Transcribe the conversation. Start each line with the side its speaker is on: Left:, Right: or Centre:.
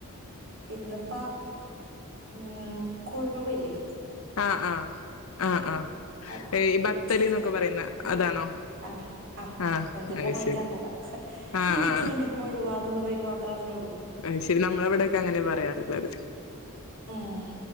Right: ഇന്ന്പ്പം ഉം കൊഴുവല്ലേ
Left: ആഹ് ആഹ് ആഹ് ആഹ്
Right: അത്
Left: എയ് ബത്തല്ന്നൊക്കെ
Right: ചിക്കൻ കറി
Left: പറയുന്ന അതാണോ?
Right: ആഹ് ആഹ്
Left: ആ
Right: എന്ത്ട്ടാ
Left: അത്
Right: വാങ്ങിക്ക്യാറിഞ്ഞൂട
Left: ശരി ആ
Right: എനിക്കയിന്റെ
Left: ആ
Right: കൊഴുവാന്നുള്ള പേര് മാത്രം അറിഞ്ഞൂടൂ
Left: അയ്ശരി നമ്മളെവിടെക്കെ അങ്ങനെ പറയാറിള്ളത്
Right: ഏഹ്